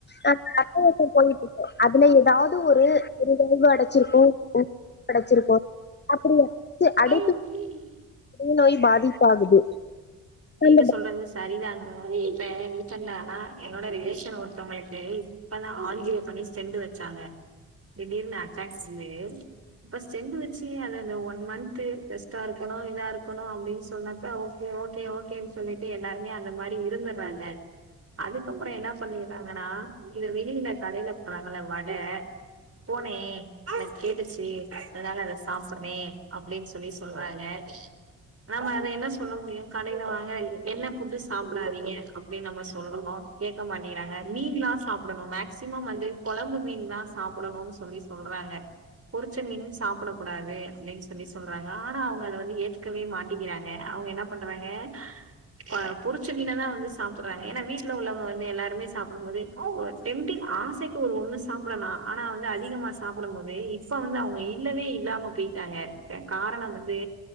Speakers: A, on the left; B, on the right.
A: ஆ <inaudible> போயிட்டு இருக்கன் அதுல எதாவது ஒரு ஒரு <inaudible> அடச்சிருக்கும் அடச்சிருக்கோ அப்படியா அடைப்பு
B: அது
A: <inaudible> நோய் பாதிப்பாகுது
B: நீங்க
A: அந்த
B: சொல்றது சரிதாங்க இப்ப <unintelligible> என்னோட ரிலேஷன் ஒருத்தவங்களுக்கு இப்பதான் ஆஞ்சியோ பண்ணி ஸ்டெண்டு வெச்சாங்க திடீர்னு அட்டாக் வந்து இப்ப ஸ்டெண்ட் வெச்சு அத அந்த ஒன் மன்த் ரெஸ்ட்டா இருக்கணும் இதா இருக்கணும் அப்டின் சொன்னப்ப ஓ கே ஓகே ஓகேன்னு சொல்லிட்டு எல்லாருமே அந்த மாரி இருந்துறாங்க அதுக்கப்பறம் என்ன பண்ணிறாங்கன்னா இது வெளில கடையில போடுறாங்கள வட போனே எனக்கு கேட்டுச்சு அதனால அத சாப்பற்றேன் அப்டின் சொல்லி சொல்றாங்க நாம அத என்ன சொல்ல முடியும் கடை ல வாங்கன எண்ண ஃபுட்டு சாப்பிடாதீங்க அப்டின் நம்ம சொல்றோம் கேட்க மாட்டேங்கறாங்க மீன்லாம் சாப் டணும் மேக்சிமம் வந்து கொழம்பு மீன் தான் சாப்பிடணும்னு சொல்லி சொல்றாங்க பொறிச்ச மீனும் சாப்பிட கூடாது அப்டின் சொல்லி சொல்றாங்க ஆனா அவங்க அத வந்து ஏத்துகவே மாட்டிக்கிறாங்க அவங்க என்ன பண்றாங்க ஆ பொரிச்ச மீனதான் வந்து சாப்பறாங்க ஏன்னா வீட்டு்ல உள்ளவங்க வந்து எல்லாருமே சாப்பிடும் போது டெம்டிங் ஆசைக்கு ஒரு ஒண்ணு சாப்டலாம் ஆனா வந்து அதிகமா சாப்பிடும் போது இப்ப வந்து அவங்க இல்லவே இல்லாம போயிட்டாங்க காரணம் வந்து